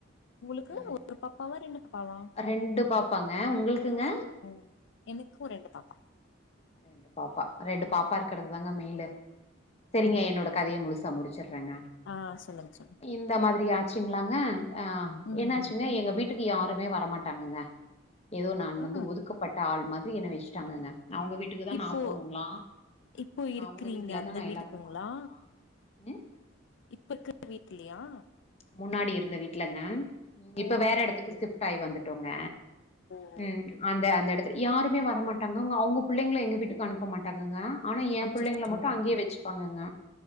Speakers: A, on the left; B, on the left.
A: உங்களுக்கு
B: ம்
A: ஒரு பாப்பாவா ரெண்டு பாப்பாவா
B: ரெண்டு பாப்பாங்க உங்களுக்குங்க
A: ம் எனக்கு ரெண்டு பாப்பா
B: ரெண்டு பாப்பா ரெண்டு பாப்பா இருக்கறது தாங்க மேலு செரிங்க
A: ஆமா
B: என்னோட கதைய முழுசா முடிச்சுட்றேங்க
A: ஆ சொல்லுங்க சொல்லுங்க
B: இந்த மாதிரி ஆட்சிங்களாங்க ஆ
A: ம்
B: என்ன ஆச்சுங்க எங்க வீட் க்கு யாருமே வரமாட்டாங்கங்க ஏதோ நான்
A: ஆ
B: வந்து ஒதுக்க பட்ட ஆள் மாதிரி என்ன வச்சுட்டாங்கங்க அவங்க வீட் வீட்டுக்கு தா
A: இப்போ
B: நா போணுங்ளா
A: இப்போ இருக்கிறீங்க
B: அவங்க வீட்ல
A: அந்த
B: தா நா
A: வீட்டுக்குங்களா
B: எல்லாமே பண்ணனுங்ளா ம்
A: இப்பருக்கற வீட்லயா
B: முன்னாடி இருந்த வீட்டுலங்க இப்ப
A: ஓ
B: வேற எடத்துக்கு
A: ஓகே ஓகே
B: சிஃப்ட் ஆயி வந்துட்டோங்க.
A: ஓ
B: ம்
A: ஓகே
B: அந்த அந்த எடத்து யாருமே வரமாட்டாங்கங்க அவங்க பிள்ளைங்களை எங்க வீட்டுக்கு அனுப்பமாட்டாங்கங்க ஆனா எ
A: அச்சச்சோ
B: பிள்ளைங்கள மட்டு அங்கேயே வச்சு ப்பாங்கங்க